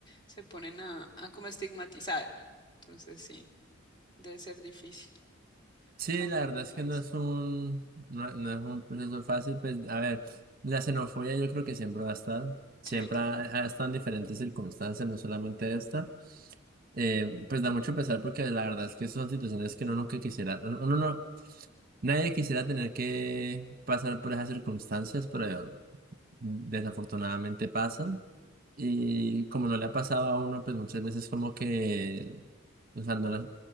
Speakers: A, on the left; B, on the right.
A: se ponen a, a como estigmatizar. Entonces sí, debe ser difícil
B: Sí,
A: cambiar
B: la verdad
A: de
B: es
A: país.
B: que no es un, no, no es un proceso fácil. Pues, a ver, la xenofobia yo creo que siempre va a estar. Siempre
A: Sí, claro.
B: ha, ha estado en diferentes circunstancias, no solamente esta. Eh, pues da mucho pesar porque la verdad es que son situaciones que uno nunca quisiera, uno no, nadie quisiera tener que pasar por esas circunstancias, pero desafortunadamente pasan. Y como no le ha pasado a uno, pues muchas veces como que, o sea, no la-